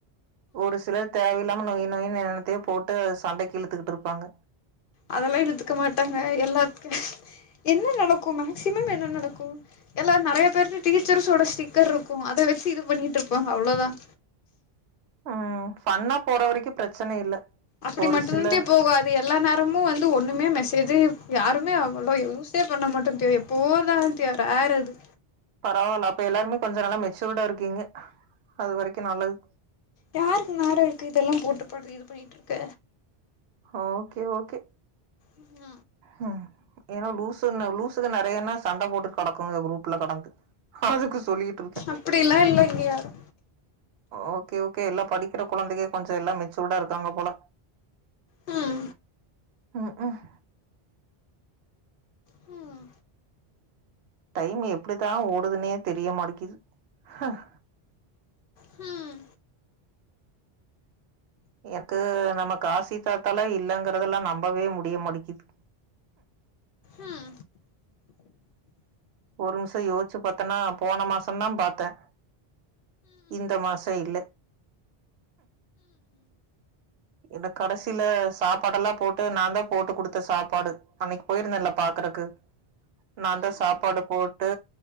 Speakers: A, on the right; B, on the left.
A: ஒரு சிலர் தேவையில்லாம நொய் நொயின்னு என்நென்னத்தையோ போட்டு சண்டைக்கு இழுத்துகிட்டு இருப்பாங்க.
B: அதெல்லாம் இழுத்துக்க மாட்டாங்க எல்லாத்துக்கும் என்ன நடக்கும் மேக்சிமம் என்ன நடக்கும் எல்லா நிறைய பேரு டீச்சர்ஸோட ஸ்டிக்கர் இருக்கும் அத வச்சு இது பண்ணிட்டு இருப்பாங்க அவ்வளவுதான்.
A: உம் ஃபண்ணா போற வரைக்கும் பிரச்சனை இல்ல
B: அப்படி
A: ஒரு
B: மட்டு்ந்தே
A: சிலர்
B: போகாது எல்லா நேரமும் வந்து ஒண்ணுமே மெசேஜே யாருமே அவ்லோ யூசே பண்ண மாட்டோம் தெரியும் எப்போவதான் அது ரேர் அது.
A: பரவாயில்ல அப்ப எல்லாருமே கொஞ்ச நல்லா மெச்சூர்டா இருக்கீங்க அது வரைக்கும் நல்லது.
B: யாருக்கு நேரம் இருக்கு இதெல்லாம் போட்டு பண்ணிட் இது பண்ணிட்டு இருக்க.
A: ஹ ஓகே ஓகே
B: உஹ்
A: உஹம் ஏன்னா லூசுன்ன லூசுக நிறையன்ன சண்டை போட்டு கெ டக்கும் குருப் கடந்து அதுக்கு சொல்லிட்டு இருக்கேன்
B: அப்டிலா இல்ல இங்க யாரு
A: ஓக் ஓகே ஓகே எல்லாம் படிக்கிற குழந்தைங்க கொஞ்சம் எல்லாம் மெச்சூர்டா இருக்காங்க போல.
B: ஹ்ம்
A: உம் உஹ்ம்
B: ஹும்
A: டைம் எப்டித்தான் ஓடுதுனே தெரியமாட்டிக்கிது ஹன்.
B: ஹூம்
A: எனக்கு நம்ம காசி தாத்தாலாம் இல்லங்கறதெல்லாம் நம்பவே முடியமாடிக்குது.
B: உம்
A: ஒரு நிமிஷம் யோசிச்சு பாத்தன்னா போன மாசம் தான் பாத்தன் இந்த மாசம் இல்ல. இந்த கடைசியில சாப்பாடு எல்லாம் போட்டு நான் தான் போட்டு குடுத்த சாப்பாடு. அன்னைக்கு போயிருந்தன்ல பாக்குறக்கு நான் தான் சாப்பாடு போட்டு